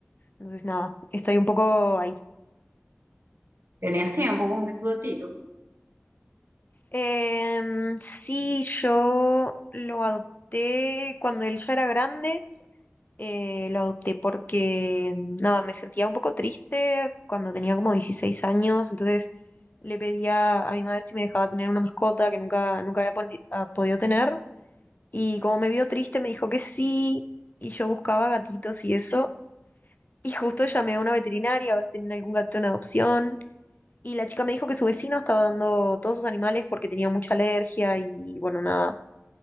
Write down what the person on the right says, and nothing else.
¿Tenías tiempo con tu gatito?